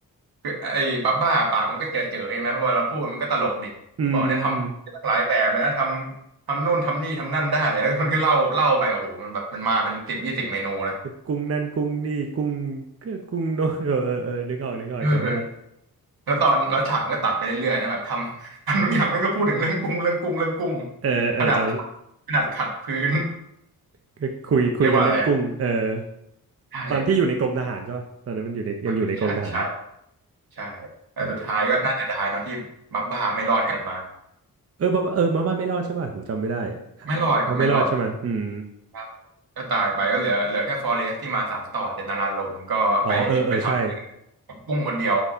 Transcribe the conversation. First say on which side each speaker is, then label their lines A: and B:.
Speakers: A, on the right; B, on the right.
A: คือไอ้บับบ้าปากมันก็เจอเจอใช่ไหมเพอเราพูดมันก็ตลกดิมันบอกเนี่ยทำตั้งหลายแบบเลยนะทำทำนู่นทำนี่ทำนั่นได้แล้วมันก็เล่าเล่าไปโอ้โหมันแบบมันมาเป็นสิบยี่สิบเมนูนะ
B: อืมอืม กุ้งนั่นกุ้งนี่กุ้งก็กุ้งโน้นเออเออเออนึกออกนึกออกจำได้
A: เออแล้วตอนแล้วฉากมันก็ตัดไปเรื่อยๆนะแบบทำ <laughs> ทำทุกอย่างมันก็พูดถึงเรื่องกุ้งเรื่องกุ้งเรื่องกุ้ง
B: เออเออจ
A: ขนาดขนาดขัดพื้น
B: ำก็คุยคุยกันเรื่องกุ้งเออ
A: เรียกว่าอะไรอะใช่
B: ตอนที่อยู่ในกรมทหารใช่ป่ะตอนนั้นมันอยู่ในยังอยู่ในกรมทหารเนี่ย
A: อ่ะใช่ใช่ใช่แต่สุดท้ายก็น่าเสียดายเนอะที่บับบ้าไม่รอดกลับมา
B: เออเออมาม่าเออมาม่าไม่รอดใช่ป่ะผมจำไม่ได้ครับเขาไม่รอดใช่ไหมอืม
A: ไม่รอดครับไม่รอดใช่ก็ตายไปก็เหลือเหลือแค่ฟอเรสที่มาสานต่อเจตนารมณ์ก็ไปไปท
B: อ๋อเออเออใช่
A: ำปุ้งคนเดียว